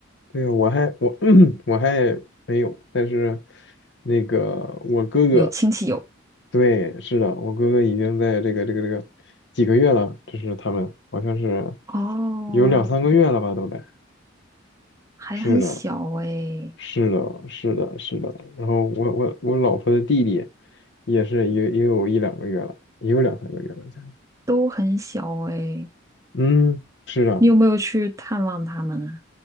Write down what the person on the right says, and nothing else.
有亲戚有，
哦，
还很小哎，
都很小哎。
你有没有去探望他们啊？